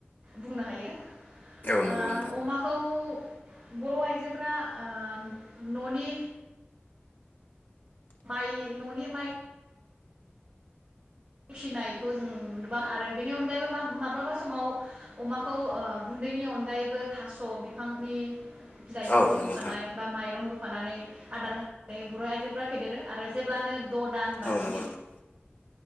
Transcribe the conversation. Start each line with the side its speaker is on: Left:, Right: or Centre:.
Right: बुंनो हायो। ओ
Left: औ नंगौ नोंथां
Right: अमाखौ बर' आइजोफोरा ओम न'नि माइ न'नि माइ फिसिनायखौ जों नुबाय आरो बेनि अनगायैबो मा माब्लाबा समाव अमाखौ ओ गुन्दैनि अनगायैबो थास' बिफांनि बिलाइफोरखौ
Left: औ नंगौ
Right: रुफानाय
Left: नोंथां
Right: बा माइरं रु फानानै आदार होनानै बर' आइजोफ्रा फेदेरो आरो जेब्लानो द' दान बा
Left: औ
Right: स्नि
Left: नंगौ नोंथां